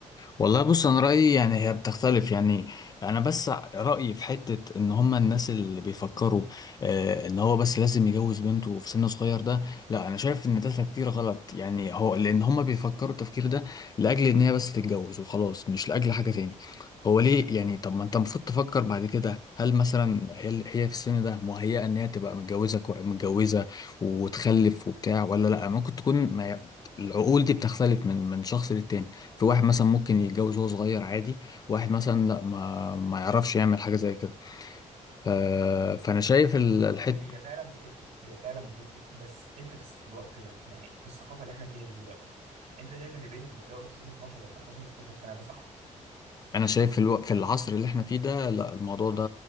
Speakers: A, on the left; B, on the right.
A: والله بص انا رايي يعني هي بتختلف يعني انا بس رايي في حته ان هم الناس اللي بيفكروا آه ان هو بس لازم يجوز بنته في سن صغير ده لا انا شايف ان ده تفكير غلط يعني هو لان هم بيفكروا التفكير ده لاجل ان هي بس تتجوز وخلاص مش لاجل حاجه تاني هو ليه يعني طب ما انت المفروض تفكر بعد كده هل مثلا هي هي في السن ده مهيئه ان هي تبقى متجوزه كو- متجوزه وتخلف وبتاع ولا لا ممكن تكون ما ي- العقول دي بتختلف من من شخص للتاني في واحد مثلا ممكن يتجوز وهو صغير عادي واحد مثلا لا ما ما يعرفش يعمل حاجة زي كده ف... فأنا شايف
B: بص
A: ال-
B: هي
A: الحت
B: هي فعلا بتفرق هي فعلا بتفرق بس انت في في الوقت ده يعني في الثقافه اللي احنا فيها دي دلوقتي انت شايف ان بنت تتجوز في سن 12 و14 و16 سنه ده صح
A: أنا شايف في, الو... في العصر اللي احنا فيه ده لا الموضوع ده